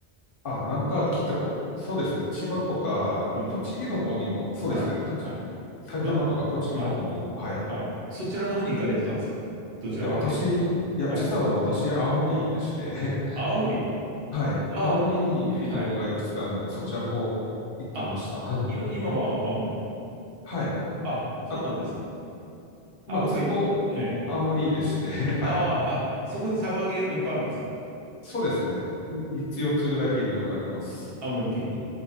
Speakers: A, on the left; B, on the right.
A: あ、なんか聞いたこ、そうですね。千葉とか、
B: うん、
A: 栃木の方にも、そうですね。
B: はい、
A: 栃
B: はい。
A: 埼玉とか栃木の方にも、
B: ど、はい、
A: はい。い
B: はい。そちらの方に行かれてたんですかどちらかといえば。
A: や、私、いや、
B: はい。
A: 実はあの、私、青森でして、
B: 青森
A: はい。
B: あ、
A: 青森にフィールドがいくつかあるので、
B: はい。
A: そちらの方行ってました。
B: あ、
A: <laughs>
B: 今、今は青森。
A: はい。
B: あ、そうなんですね。
A: あ、
B: あ、
A: まあ、
B: 僕は、
A: ずっと青森でして、
B: いええ。
A: <laughs> はい。
B: ああ、あそこにサバゲームいっぱいあるんですか
A: そうですね。3つ4つぐらいフィールドがあります。
B: 青森県に